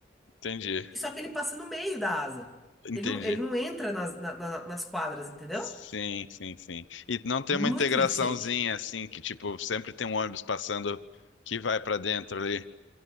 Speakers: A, on the left; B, in the centre.
A: entendi,
B: E Só que ele passa no meio da asa.
A: entendi.
B: Ele não, ele não entra nas, na- na- nas quadras, entendeu?
A: Sim, sim, sim. E não tem
B: Muito
A: uma integraçãozinha
B: ineficiente.
A: assim, que tipo, sempre tem um ônibus passando que vai pra dentro ali.